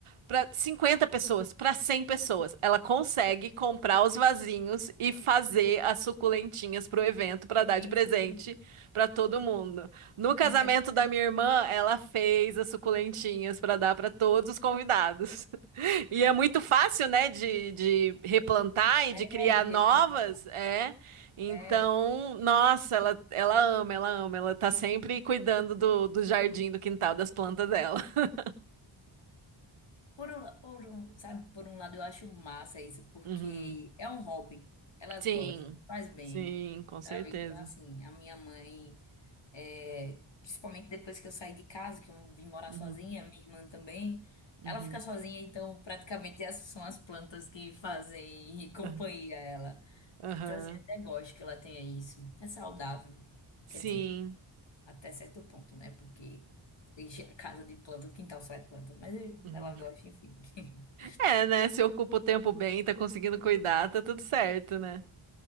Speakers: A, on the right; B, on the left.
A: pra 50 pessoas, pra 100 pessoas. Ela consegue comprar os vasinhos e fazer as suculentinhas pro evento pra
B: tem
A: dar de presente
B: isso comigo.
A: pra todo mundo. No casamento
B: <laughs>
A: da minha irmã, ela fez as suculentinhas pra dar pra todos os convidados. E é muito fácil, né, de, de replantar e
B: É,
A: de criar
B: de
A: novas,
B: replantar.
A: é. Então,
B: É,
A: nossa, ela, ela ama, ela ama, ela tá sempre cuidando do, do jardim, do quintal, das plantas dela. <laughs>
B: por, um- por um, sabe, por um lado eu acho massa isso, porque
A: Uhum.
B: é um hobby, elas
A: Sim,
B: gostam, faz bem,
A: sim, com certeza.
B: sabe? Então, assim, a minha mãe, é, principalmente depois que eu saí de casa, que eu vim morar
A: Uhum,
B: sozinha, minha irmã também,
A: uhum,
B: ela fica sozinha, então praticamente essas são as plantas que fazem <laughs> companhia
A: aham,
B: a ela.
A: aham,
B: Então, assim, até gosto que ela tenha isso. É saudável.
A: Sim.
B: Quer dizer, até certo ponto, né? Porque deixa a casa de planta, o quintal só é planta. Mas
A: uhum.
B: ela gosta, enfim. <laughs>
A: É, né, se ocupa o tempo bem, tá conseguindo cuidar, tá tudo certo, né?